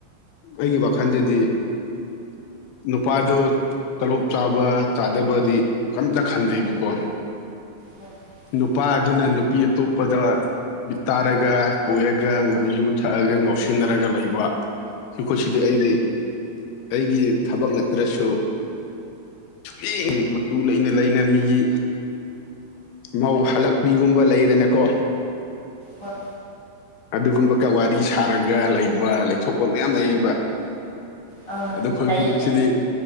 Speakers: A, on the left (about 75°); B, on the left (about 50°).
A: ꯑꯩꯒꯤ ꯋꯥꯈꯜꯗꯗꯤ ꯅꯨꯄꯥꯥꯗꯨ ꯇꯣꯂꯣꯞ ꯆꯥꯕ ꯆꯥꯗꯕꯗꯤ ꯀꯝꯇ ꯈꯟꯗꯦꯕꯀꯣ
B: ꯍ <inaudible>
A: ꯅꯨꯄꯥ ꯑꯗꯨꯅ ꯅꯨꯄꯤ ꯑꯇꯣꯞꯄꯗ ꯃꯤꯠ ꯇꯥꯔꯒ ꯀꯣꯏꯔ ꯒ ꯌꯨ ꯊꯛꯑꯒ ꯉꯧꯁꯤꯟꯅꯔꯒ ꯂꯩꯕ ꯃꯈꯣꯏ ꯁꯤꯗꯤ ꯑꯩꯗꯤ ꯑꯩꯒꯤ ꯊꯕꯛ ꯅꯠꯇ꯭ꯔꯁꯨ ꯃꯤꯒꯤ ꯃꯇꯨ ꯂꯩꯅ ꯂꯩꯅ ꯃꯤꯒꯤ ꯃꯧ ꯍꯜꯂꯛꯄꯤꯒꯨꯝꯕ ꯂꯩꯗꯅꯀꯣ
B: ꯍꯣꯏ
A: ꯑꯗꯨꯒꯨꯝꯕ ꯋꯥꯔꯤ ꯁꯥꯔꯒ ꯂꯩꯕ ꯂꯩꯊꯣꯛꯄ ꯃꯌꯥꯝ ꯂꯩꯌꯦꯕ
B: ꯍꯣꯏ
A: ꯑꯩꯈꯣꯏ
B: ꯂꯩꯌꯦ ꯂꯩꯌꯦ
A: ꯁꯤꯗꯤ